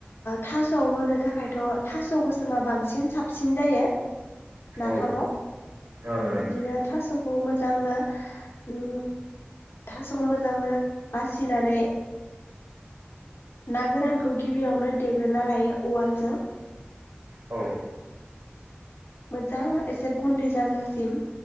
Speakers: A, on the left; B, on the right.
A: थास खौ होनो थाखायथ' थास' गोसोमा बांसिन साबसिन जायो। नाफामाव
B: औ ओं
A: बिदिनो थासखौ मोजांनो ओम थासखौ मोजांनो बासिनानै ना गोरानखौ गिबियावनो देग्रोना लायो उवालजों
B: औ
A: मोजां एसे गु गुन्दै जाजासिम